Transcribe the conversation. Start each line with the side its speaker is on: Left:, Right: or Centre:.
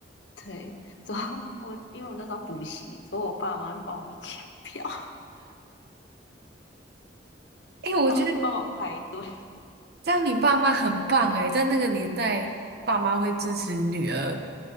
Left: 对，之后我因为我那时候补习，之后我爸妈就帮我去抢票，
Right: 哎，
Left: <laughs>
Right: 我觉得
Left: 他们去帮我排队。
Right: 这样你爸妈很棒哎，在那个年代，爸妈会支持女儿